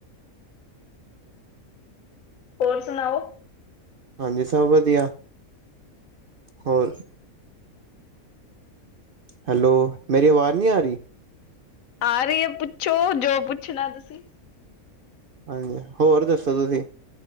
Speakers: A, on the left; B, on the right.
A: ਹੋਰ ਸਨਾਓ।
B: ਹਾਂਜੀ ਸਬ ਵਦੀਆ, ਹੋਰ ਹੈਲੋ, ਮੇਰੀ ਆਵਾਜ਼ ਨੀ ਆਰੀ।
A: ਆ ਰਈ ਐ ਪੁੱਛੋ ਜੋ ਪੁੱਛਨਾ ਤੁਸੀਂ।
B: ਹਾਂਜੀ, ਹੋਰ ਦੱਸ ਤੁਸੀਂ।